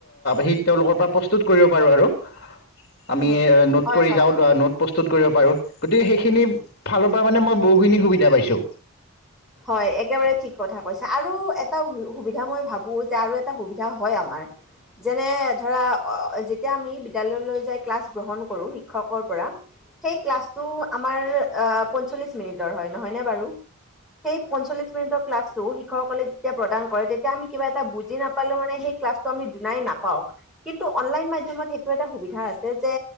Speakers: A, on the left (about 45°); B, in the centre.
A: সেই তেওঁলোকৰ পৰা প্ৰস্তুত কৰিব পাৰোঁ আৰু। আমি
B: উম
A: নোট
B: হয়
A: কৰি
B: হয়
A: যাওঁ নোট প্ৰস্তুত কৰিব পাৰো গতিকে সেইখিনি ফাল পৰা মানে মই বহুখিনি সুবিধা পাইছো।
B: হয় একেবাৰে ঠিক কথা কৈছে আৰু এটা সুবিধা মই ভাবো যে আৰু এটা সুবিধা হয় আমাৰ যেনে ধৰা যেতিয়া আমি বিদ্যালয়লৈ যাই ক্লাছ গ্ৰহণ কৰো শিক্ষকৰ পৰা সেই ক্লাছটো আমাৰ পঞ্চল্লিছ মিনিটৰ হয় নহয়নে বাৰু? সেই পঞ্চলিছ মিনিটৰৰ ক্লাছটো শিক্ষকসকলে যেতিয়া প্ৰদান কৰে তেতিয়া আমি কিবা এটা বুজি নাপালেও মানে সেই ক্লাছটো আমি দুনাই নাপাও কিন্তু অনলাইন মাধ্যমত সেইটো এটা সুবিধা আছে যে